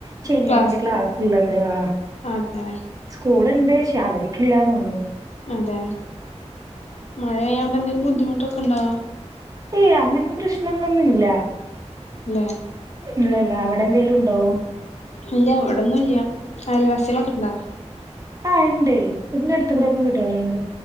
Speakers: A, on the right; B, on the left.
A: ശനിയാഴ്ച
B: ക്ലാസ്
A: ക്ലാസ്സ്ള്ളത്. ആഹ്
B: അതെ
A: സ്കൂള്ണ്ട് ക്ഷേ അവര്ക്ക് ഇല്ലാ ന്നൊള്ളൂ.
B: അതെ. മഴയോണ്ട് എന്തേലും ബുദ്ധിമുട്ടൊക്കെണ്ടോ?
A: ഏയ് അങ്ങൻത്തെ പ്രശ്നങ്ങളൊന്നുല്ല.
B: ല്ലേ
A: ഇല്ല ല്ലാ. അവടെ എന്തേലുണ്ടോ?.
B: ഇല്ല്യ. വടൊന്നുല്ല്യ. അയൽവാസികളൊക്കെണ്ടോ?
A: ആഹ് ണ്ട്. വീട്നട്ത്ത് വ്‌ടൊക്കെ വീട്ടാര്ണ്ട്.